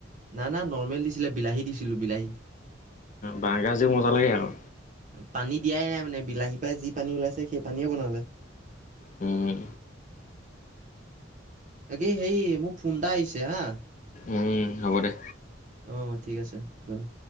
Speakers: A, on the right; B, on the left.
A: না না নৰ্মেল ডিচ। ছিল বিলাহী দিছিলো বিলাহী।
B: বাহগাজো মজা লাগে আকৌ।
A: পানী দিয়াই নাই মানে বিলাহী পাই যি পানী ওলাইছে সেই পানীয়ে বনালে ।
B: উম
A: বাকি হেৰি মোক ফোনটা আহিছে হা।
B: উম হ'ব দে
A: অ ঠিক আছে, বাৰু।